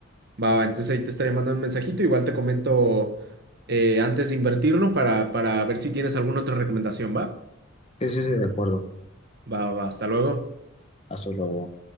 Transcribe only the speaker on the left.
Sí, sí, sí, de acuerdo.
Hasta luego.